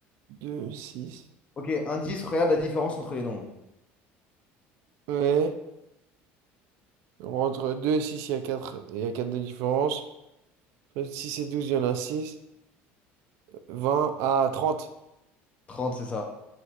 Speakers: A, on the right; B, on the left.
A: Deux six.
B: Ok, indice, regarde la différence entre les nombres.
A: Ouais, entre deux et 6, il y a quatre il y a quatre de différence. Entre 6 et 12 il y en a 6. 20 à 30.
B: Trente c'est ça.